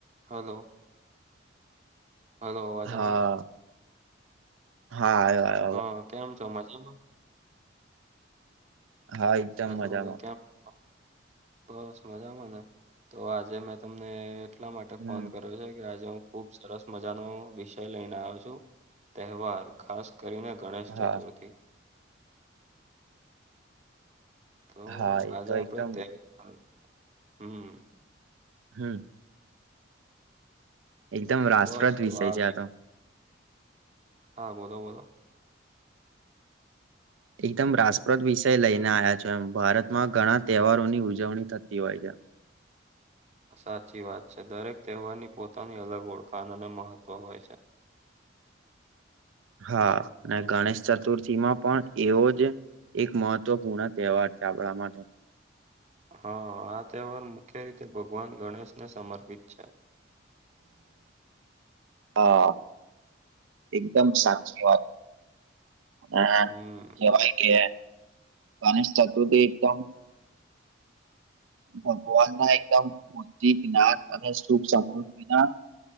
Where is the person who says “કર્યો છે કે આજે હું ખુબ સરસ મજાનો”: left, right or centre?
Right